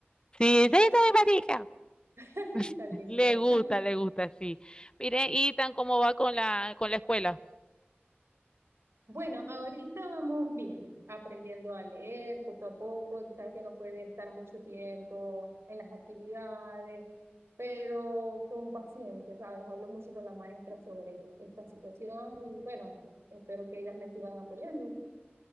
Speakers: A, on the left; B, on the right.
A: Sí, sí, está mi platica.
B: <laughs>
A: <laughs>
B: Ay, tan lindo.
A: Le gusta, le gusta, sí. Mire, y tan como va con la, con la escuela.
B: Bueno, ahorita vamos bien, aprendiendo a leer poco a poco. Tú Sabes que no puede estar mucho tiempo en las actividades, pero con paciencia, ¿sabes? Hablo mucho con la maestra sobre esta situación y bueno, espero que ellas me sigan apoyando.